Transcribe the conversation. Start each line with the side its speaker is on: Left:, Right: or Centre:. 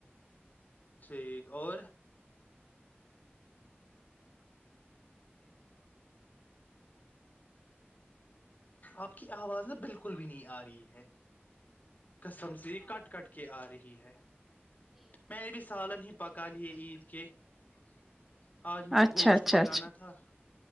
Left: ٹھیک اور آپ کی آواز ن بالکل بھی نہیں آ رہی ہے کسمز کٹ کٹ کے آ رہی ہے میں نے بھی سالن ہی پکا لیے عید کے <inaudible> آج مجھے
Centre: اچھا
Left: گوشت
Centre: اچھا
Left: پکانا
Centre: اچھا
Left: تھا